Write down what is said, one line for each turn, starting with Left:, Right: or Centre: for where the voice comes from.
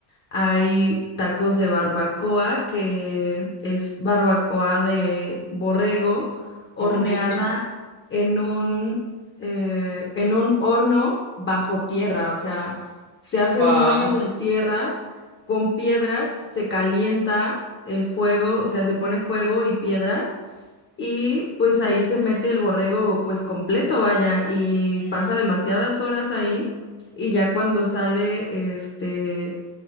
Left: Hay tacos de barbacoa, que es barbacoa de borrego horneada
Right: Uy, <laughs>
Left: en un, eh, en un horno bajo tierra. O sea, se hace
Right: wow.
Left: un hoyo en la tierra con piedras, se calienta el fuego, o sea, se pone fuego y piedras. Y pues ahí se mete el borrego pues completo, vaya, y
Right: Mm,
Left: pasa demasiadas horas ahí. Y ya cuando sale, este